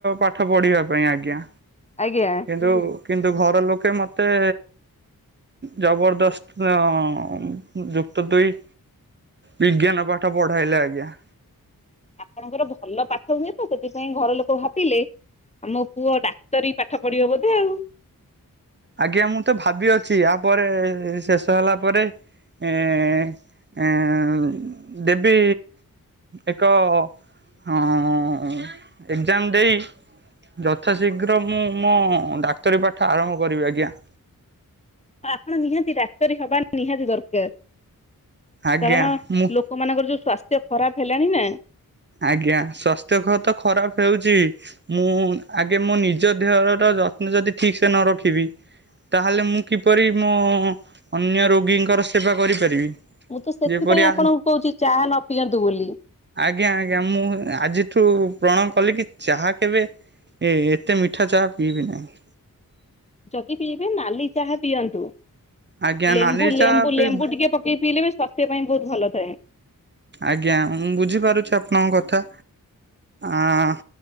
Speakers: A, on the right (about 30°); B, on the left (about 20°).
A: ପାଠ ପଢିବା ପାଇଁ ଆଜ୍ଞା।
B: ଆଜ୍ଞା।
A: କିନ୍ତୁ କିନ୍ତୁ ଘର ଲୋକେ ମତେ ଜବରଦସ୍ତ ଅଁ ଯୁକ୍ତ ଦୁଇ ବିଜ୍ଞାନ ପାଠ ପଢାଇଲେ ଆଜ୍ଞା।
B: ଆପଣଙ୍କର ଭଲ ପାଠ ହୁଏ ତ ସେଥିପାଇଁ ଘର ଲୋକ ଭାବିଲେ ଆମ ପୁଅ ଡାକ୍ତରୀ ପାଠ ପଢିବ ବୋଧେ ଆଉ।
A: ଆଜ୍ଞା ମୁଁ ତ ଭାବି ଅଛି ଆ ପରେ ଶେଷ ହେଲା ପରେ ଏଁ ଏଁ ଦେବି। ଏକ ଅଁ ଏକଜାମ୍ ଦେଇ ଯଥା ଶୀଘ୍ର ମୁଁ ମୋ ଡାକ୍ତରୀ ପାଠ ଆରମ୍ଭ କରିବି ଆଜ୍ଞା।
B: ଆପଣ ନିହାତି ଡାକ୍ତରୀ ହବା ନିହାତି ଦରକାର
A: ଆଜ୍ଞା
B: କାରଣ
A: ମୁଁ
B: ଲୋ କ ମାନଙ୍କର ଯୋଉ ସ୍ୱାସ୍ଥ୍ୟ ଖରାପ ହେଲାଣି ନା।
A: ଆଜ୍ଞା ସ୍ୱାସ୍ଥ୍ୟ ଖ ତ ଖରାପ ହେଉଚି। ମୁଁ ଆଗେ ମୋ ନିଜ ଦେହର ଯତ୍ନ ଯଦି ଠିକ୍ ସେ ନ ରଖିବି। ତାହେଲେ ମୁଁ କିପରି ମୋ ଅନ୍ୟ ରୋଗୀଙ୍କର ସେବା କରିପାରିବି।
B: ମୁଁ ତ ସେଥିପାଇଁ
A: ଯେପରି
B: ଆପଣଙ୍କୁ
A: ଆ
B: କହୁଚି ଚାହା ନ ପିଅନ୍ତୁ ବୋଲି।
A: ଜ୍ଞା ଆଜ୍ଞା ମୁଁ ଆଜିଠୁ ପଣ କଲି କି ଚାହା କେବେ ଏ ଏତେ ମିଠା ଚାହା ପିଇବି ନାହିଁ।
B: ଯଦି ପିଇବେ ନାଲି ଚାହା ପିଅନ୍ତୁ।
A: ଆଜ୍ଞା
B: ଲେମ୍ବୁ
A: ନାଲି
B: ଲେମ୍ବୁ
A: ଚାହା ପିଇବି
B: ଲେମ୍ବୁ ଟିକିଏ ପକେଇ ପିଇଲେ ବି ସ୍ଵାସ୍ଥ୍ୟ ପାଇଁ ବହୁତ ଭଲ ଥାଏ।
A: ଆଜ୍ଞା ମୁଁ ବୁଝିପାରୁଛି ଆପଣଙ୍କ କଥା ଆଁ।